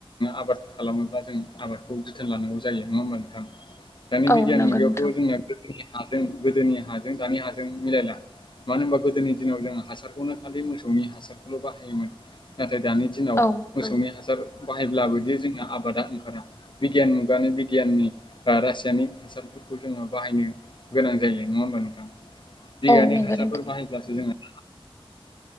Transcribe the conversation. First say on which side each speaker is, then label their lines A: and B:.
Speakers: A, on the left; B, on the left.
A: आबाद खालामोब्ला जों आबादखौ जोथोन लानांगौ जायो नङा होमबा नोंथां? दानि
B: औ
A: बिगियान
B: नंगौ
A: मुगायावथ'
B: नोंथां
A: जोंना गोदोनि हाजों गोदोनि हाजों दानि हाजों मिलायला मानो होनबा गोदोनि दिनाव जों हासारखौनो खालि मोसौनि हासारखौल' बाहायोमोन नाथाय दानि दिनाव
B: औ
A: मोसौनि
B: औ
A: हासार बाहायब्ला <unintelligible> दि जोंना आबादा ओंखारा बिगियान मुगानि बिगियाननि बा रासायनिक हासारफोरखौ जोंहा बाहायनो गोनां जायो नङा होमबा नोंथां बिगायानिक
B: औ नंगौ
A: हासारफोर
B: नोंथां
A: बाहायब्लासो जोङो